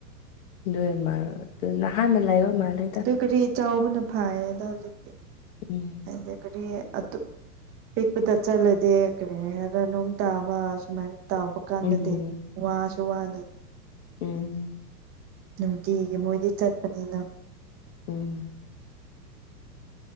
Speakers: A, on the left; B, on the right.
A: ꯅꯣꯢ ꯃꯥ ꯗꯨ ꯅꯍꯥꯟꯅ ꯂꯩꯕ ꯃꯥꯜꯂꯦꯗ
B: ꯑꯗꯨ ꯒꯔꯤ ꯆꯥꯎꯕꯅ ꯐꯥꯏ ꯑꯦꯗꯥ ꯍꯧꯖꯤꯛꯇꯤ
A: ꯎꯝ
B: ꯍꯥꯏꯗꯤ ꯀꯔꯤ ꯑꯗꯨ ꯄꯤꯛꯄꯗ ꯆꯠꯂꯗꯤ ꯀꯔꯤ ꯍꯥꯏꯗ ꯅꯣꯡ ꯇꯥꯕ ꯁꯨꯃꯥꯏꯅ ꯇꯥꯕ ꯀꯥꯟꯗꯗꯤ
A: ꯎꯝ
B: ꯋꯥꯁꯨ ꯋꯥꯅꯤ
A: ꯎꯝ
B: ꯅꯨꯡꯇꯤꯒꯤ ꯃꯣꯏꯗꯤ ꯆꯠꯄꯅꯤꯅ
A: ꯎꯝ